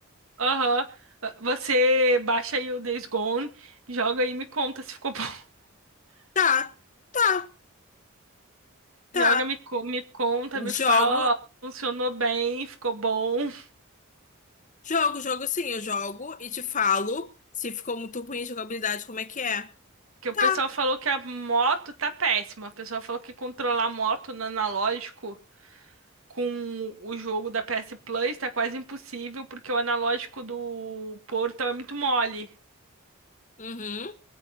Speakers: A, on the right; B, on the left.
A: aham. Ah, Você baixa aí o Days Gone, joga aí e me conta se ficou bom. <laughs>
B: Tá. Tá, tá.
A: Joga, me, co- me conta, me fala,
B: Jogo,
A: ó, funcionou bem, ficou bom.
B: jogo, jogo sim, eu jogo e te falo se ficou muito ruim a jogabilidade, como é que é.
A: Que o
B: Tá.
A: pessoal falou que a moto tá péssima. O pessoal falou que controlar a moto no analógico com o jogo da PS Plus tá quase impossível, porque o analógico do Portal é muito mole.
B: Uhum.